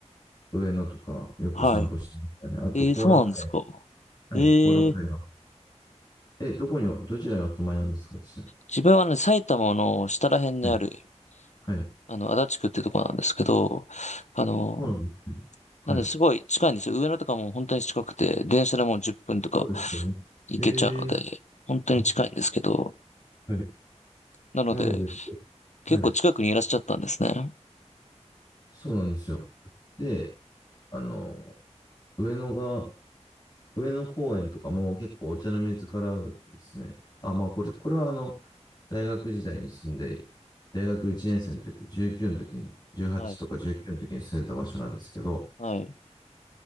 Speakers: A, on the left (about 35°); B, on the left (about 75°).
A: 上野とか、よく散歩してましたね。
B: はい。
A: あと、
B: ええそうなんですか。
A: 後楽園。はい、
B: ええ
A: 後楽園の。え、どこに、どちらにお住まいなんですか、ちな
B: 自分はね、埼玉の下ら辺にある、
A: みにはい。はい。
B: あの、足立区っていうところなんですけど、あの、
A: そうなんですね。はい。
B: なんで、すごい近いんですよ。上野とかも本当に近くて、電車でもう10分とか
A: そうですよね。
B: 行けちゃうので、
A: えー、
B: 本当に近いんですけど、
A: あ、はい。
B: なので、
A: なので、
B: 結構近くにいらっしゃったんですね。
A: はい。そうなんですよ。で、あの、上野が、上野公園とかも結構お茶の水からだとですね、あ、まあこれ、これはあの、大学時代に住んで、大学1年生の時、19の時に、18とか19の時に住んでた場所なんですけど、
B: はい、はい、